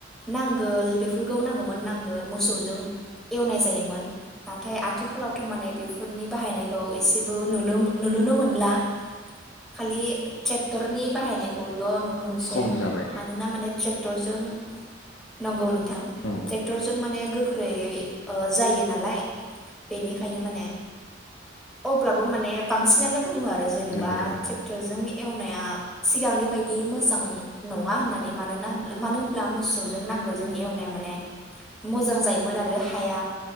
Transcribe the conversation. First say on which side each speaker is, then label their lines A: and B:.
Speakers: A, in the centre; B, on the left.
A: नांगोल बेफोरखौ नांगौमोन नांगोल मोसौजों एवनाय जायोमोन नाथाय आथिखालावथ' माने बेफोरनि बाहायनायखौ एसे बो नुनो नुनोनो मोनला खालि ट्रेक्टरनि बाहायनायखौल' नु नो मोनसै
B: खम जाबाय
A: मानोना माने ट्रे क्टरजों नंगौ नोंथां
B: नंगौ
A: टेक्टरजों माने गोख्रैयै ओ जायो नालाय बेनिखायनो माने अब्लाबो माने बांसिनानो बुङो आर रो जेनेबा
B: नंगौ थारैनो
A: ट्रेक्टरजों एवनाया सिगांनि बायदि बिदि मोजां नङा होननानै मानोना होनब्ला मानो होनब्ला मोसौजों नांगोलजों एवनाया माने मोजां जायोमोन आरो हाया